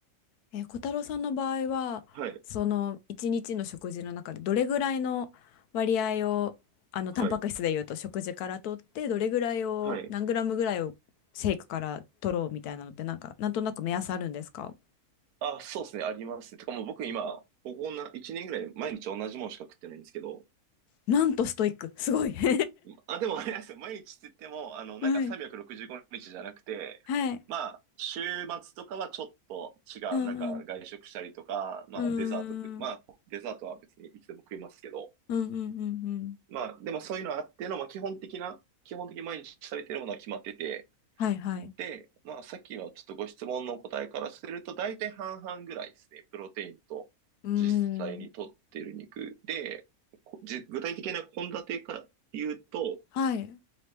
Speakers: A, on the left (about 85°); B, on the right (about 80°).
A: えー、小太郎さんの場合は、
B: はい、
A: その一日の食事の中でどれぐらいの割合を、あの、
B: はい、
A: タンパク質でいうと食事から取って、どれぐらいを、
B: はい。
A: 何グラムぐらいをシェイクから取ろうみたいなのって、なんか、なんとなく目安あるんですか
B: あ、そうですね、ありますね。てかもう僕今、ここな、1年ぐらい毎日同じものしか食ってないんですけど、
A: なんとストイック、すごい。<laughs>
B: あ、でもあれなんですよ。毎日って言っても、あの、
A: はい。
B: なんか365日じゅうごにちじゃなくて、
A: はい。
B: まあ、週末とかはちょっと違う、
A: うんうん。
B: なんか外食したりとか、まあ、
A: うー
B: デザート食、まあ、
A: ん。
B: デザートは別にいつでも食いますけど、
A: うんうんうんうん。
B: まあ、でもそういうのあっての、まあ、基本的な、基本的に毎日食べてるものは決まってて、
A: はいはい。
B: で、まあ、さっきのちょっとご質問のお答えからすると、大体半々ぐらいですね。プロテインと実際に摂ってる肉で、
A: うーん。
B: こじ具体的な献立から言うと、
A: はい。